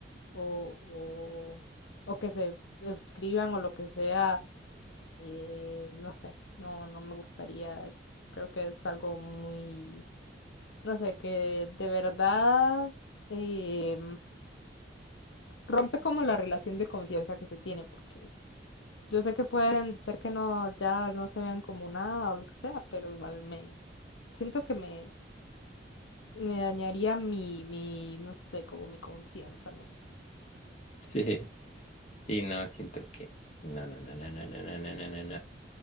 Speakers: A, on the left; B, on the left.
A: o, o, o que se escriban o lo que sea, eh, no sé, no, no me gustaría, creo que es algo muy, no sé, que de verdad em, rompe como la relación de confianza que se tiene, porque yo sé que pueden ser que no, ya no se vean como nada o lo que sea, pero igual me siento que me Me dañaría mi, mi, no sé, como mi confianza, no sé.
B: <laughs> sí no, siento que, no, no, no, no, no, no, no, no, no, no, no.